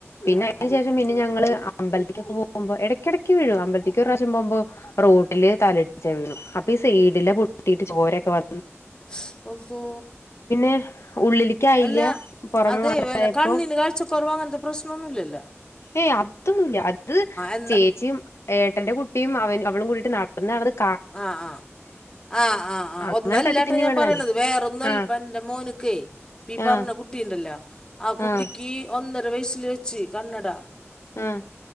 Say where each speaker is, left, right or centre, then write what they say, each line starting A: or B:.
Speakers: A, on the left; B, on the left.
A: പിന്നെ
B: ആഹ്
A: അതിനു
B: ആഹ്
A: ശേഷം പിന്നെ ഞങ്ങള് അമ്പലത്തിക്കൊക്ക പോകുമ്പോ എടക്കെടയ്ക്ക് വീഴും അമ്പലേക്ക് ഒരു പ്രാവശ്യം പോകുമ്പോ റോട്ടില് തലടിച്ച വീണു അ ഈ സീടില്ല പൊട്ടീട്ട് ചോരൊക്കെ വ
B: ശ് അവ്വോ
A: <unintelligible> ഉള്ളിലേക്കായില്ല
B: അല്ല
A: പുറമെ
B: അതേ
A: മാത്രായപ്പോ
B: വല്ല കണ്ണിന് കാഴ്ചക്കുറവാ അങ്ങനത്തെ പ്രശ്നനോന്നുംല്ലല്ലോ
A: ഏയ് അതൊന്നും ഇല്ല അത്
B: എന്താ
A: ചേച്ചിയും ഏട്ടന്റെ കു <unintelligible> അവളും കൂടിയിട്ട് <unintelligible>
B: ആഹ് ആഹ് ആഹ് ആഹ് ആഹ്
A: അങ്ങനെ
B: ഒന്നല്ലാട്ടാ
A: തട്ടി തിന്നി
B: ഞാൻ
A: വീണതാണ്
B: പറയണത് വേറെ ഒന്നുംല്ല
A: ആഹ്
B: ഇപ്പ എന്റ മോന്ക്കെ <unintelligible> പറഞ്ഞ
A: ആഹ്
B: കുട്ടിണ്ടല്ലോ ആ കുട്ടിക്ക്
A: ആഹ്
B: <unintelligible> ഒന്നര വയസ്സില് വെച്ച് കണ്ണട
A: ആഹ്